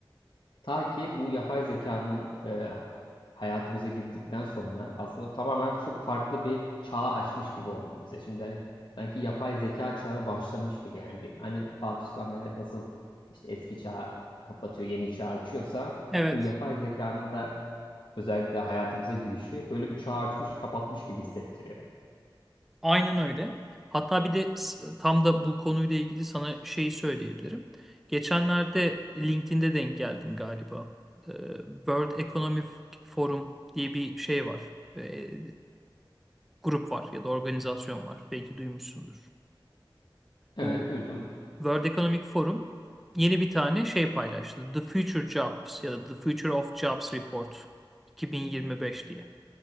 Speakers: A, on the left; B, in the centre.
A: Ta ki bu yapay zekanın e, hayatımıza girdikten sonra aslında tamamen çok farklı bir çağı açmış gibi oldu bize. Şimdi hani sanki yapay zeka çağı başlamış gibi yani bir hani Fatih Sultan Mehmet nasıl işte eski çağı kapatıyor, yeni çağı açıyorsa
B: Evet,
A: bu yapay zekanın da özellikle hayatımıza girişi böyle bir çağı açmış, kapatmış gibi hissettiriyor.
B: aynen öyle. Hatta bir de s- tam da bu konuyla ilgili sana şeyi söyleyebilirim. Geçenlerde LinkedIn'de denk geldin galiba. Ee, World Economic Forum diye bir şey var. Ee, grup var ya da organizasyon var. Belki duymuşsundur.
A: Evet
B: Bu
A: duydum.
B: World Economic Forum yeni bir tane şey paylaştı. The Future Jobs ya da The Future of Jobs Report 2025 diye.